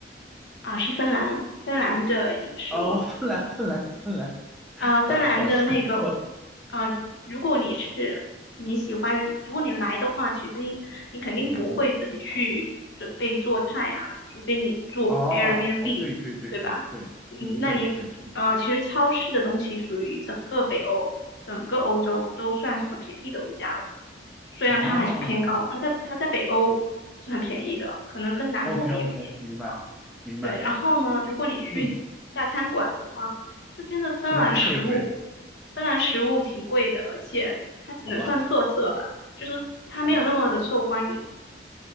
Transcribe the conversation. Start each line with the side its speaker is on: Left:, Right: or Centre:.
Left: 啊，是芬兰，芬兰的饮食物。
Centre: <laughs> 哦，芬兰，芬兰，芬兰，
Left: 啊，芬兰的那个，
Centre: 不好意思，不好意思，搞错了。
Left: 啊，如果你是你喜欢，如果你来的话，其实你你肯定不会自己去准备做菜啊，
Centre: 嗯嗯，
Left: 除非你住
Centre: 哦哦，
Left: Airbnb，
Centre: 对对对对对，
Left: 对吧？嗯，
Centre: 嗯对对是，
Left: 那你呃，其实超市的东西属于整个北欧、整个欧洲都算是很便宜的物价了，虽然它还是偏高，
Centre: 哦
Left: 它在它在北欧是很便宜的，可能跟南部比有一点。
Centre: ，OK OK，明白明白，
Left: 对，然后呢，如果你去大餐馆的话，
Centre: 嗯，
Left: 这边的芬兰食物。
Centre: 是不是特别贵？
Left: 芬兰食物挺贵的，而且它只能算特色吧，
Centre: 好吧
Left: 就是它没有那么的受欢迎
Centre: 好吧，